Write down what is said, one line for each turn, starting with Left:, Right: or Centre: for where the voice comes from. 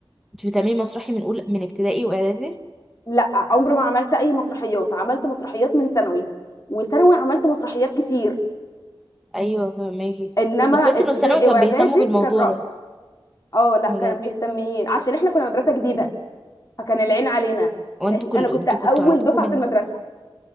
Centre: كنت بتعملي مسرحي من اول من ابتدائي واعدادي
Left: لا عمري ما عملت اي مسرحيات عملت مسرحيات من ثانوي وثانوي عملت مسرحيات كتير
Centre: ايوه فهماكي
Left: انما
Centre: طب
Left: ابتدائي
Centre: كويس انه في ثانوي كان
Left: واعدادي
Centre: بيهتموا بالموضوع
Left: كان رقص
Centre: ده
Left: اه لا
Centre: بجد
Left: كانوا مهتمين عشان احنا كنا مدرسه جديده فكان العين علينا
Centre: وانتوا
Left: إح-
Centre: كل
Left: انا
Centre: انتوا
Left: كنت اول
Centre: كنتوا عندكم
Left: دفعه
Centre: من
Left: في المدرسه